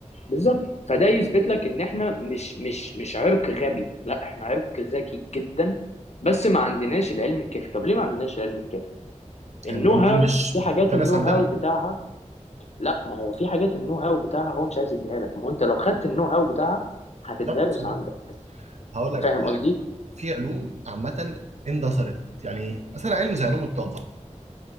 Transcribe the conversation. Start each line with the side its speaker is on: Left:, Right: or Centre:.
Left: بالظبط فده يثبت لك ان احنا مش مش مش عرق غبي لا احنا عرق ذكي جدا بس ما عندناش العلم الكافي طب ليه ما عندناش العلم الكافي النو
Right: يعني العلوم
Left: هاو
Right: دي مش
Left: في حاجات
Right: بتدرس
Left: النو
Right: عندنا
Left: هاو بتاعها لا ما هو في حاجات النو هاو بتاعها هو مش عايز يديها لك ما هو انت لو خدت النو هاو بتاعها هتتدرس
Right: هتعرف توصل لها
Left: عندك
Right: هقول لك
Left: فاهم
Right: بقى
Left: قصدي
Right: حاجة في علوم عامة اندثرت يعني إيه؟ مثلا علم زي علوم الطاقة